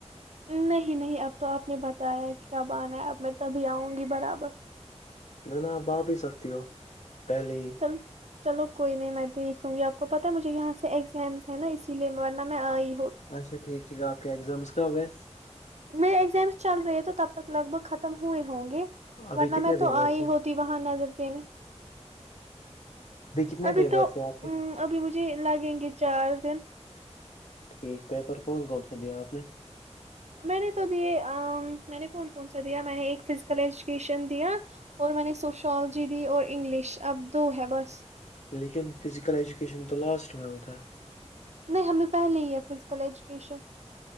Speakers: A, on the right; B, on the left.
A: نہیں نہیں اب تو آپ نے بتایا کب آنا ہے اب میں تبھی آؤں گی برابر
B: میں ن باپ ہی سکتی ہو پہلے
A: چل چلو کوئی نہیں میں دیکھ دوں گی آپ کو پتا مجھے یہاں سے ایگزامس ہے نا اسی لیے ورنہ میں آئی ہوں
B: اچھا ٹھیک ٹھیک ہے آپ کے اگزامز کب ہے
A: میرے ایگزامس چل رہے ہے تو تب تک لگ بھگ ختم ہوئے ہوں گے
B: ابھی
A: ورنہ
B: کتنے
A: میں تو
B: پیپرس
A: آئی
B: ہیں
A: ہوتی وہاں نظر دینے
B: کتنے
A: ابھی
B: پیپرس
A: تو
B: ہیں آپ کے
A: ا ابھی مجھے لگیں گے چار دن
B: ٹھیک ہے پیپر کون کون سا دیا اپ نے
A: میں نے تو دی میں نے کون کون سا دیا میں نے ایک فزیکل ایجوکیشن دیا اور میں نے سوشالوجی دی اور انگلش ابدو ہے بس
B: لیکن فزیکل ایجوکیشن تو لاسٹ میں ہوتا ہے
A: نہیں ہمیں پہلے ہی ہے فزیکل ایجوکیشن